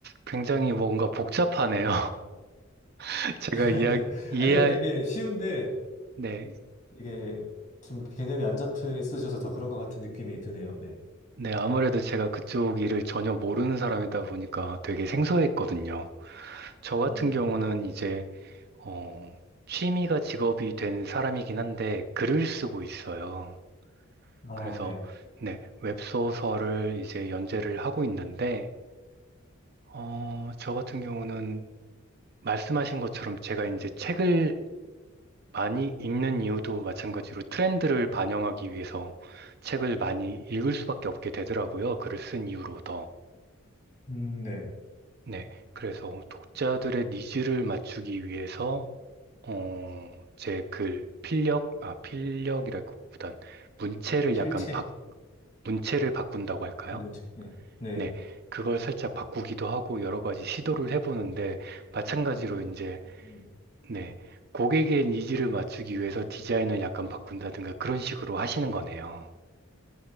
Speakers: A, on the right (about 50°); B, on the left (about 35°).
A: 굉장히 뭔가 복잡하네요. <laughs> 제가
B: <laughs>
A: 이야, 이해,
B: 아니요, 되게 쉬운데
A: 네,
B: 이게 좀 개념이 안 잡혀 있으셔서 더 그런 것 같은 느낌이 드네요. 네.
A: 네, 아무래도 제가 그쪽 일을 전혀 모르는 사람이다 보니까 되게 생소했거든요. 저 같은
B: 음,
A: 경우는 이제, 어, 취미가 직업이 된 사람이긴 한데 글을 쓰고 있어요.
B: 아,
A: 그래서,
B: 네.
A: 네, 웹소설을 이제 연재를 하고 있는데, 어, 저 같은 경우는 말씀하신 것처럼 제가 이제 책을 많이 읽는 이유도 마찬가지로 트렌드를 반영하기 위해서 책을 많이 읽을 수밖에 없게 되더라고요. 글을 쓴 이후로 더.
B: 음, 네.
A: 네. 그래서 독자들의 니즈를 맞추기 위해서, 어, 제 글, 필력, 아, 필력이라기보단 문체를
B: 필체.
A: 약간 바, 문체를 바꾼다고 할까요?
B: 아, 문제. 네. 네.
A: 네. 그걸 살짝 바꾸기도 하고 여러 가지 시도를 해보는데, 마찬가지로
B: 음,
A: 이제
B: 음.
A: 네. 고객의 니즈를 맞추기 위해서 디자인을 약간 바꾼다든가 그런 식으로 하시는 거네요.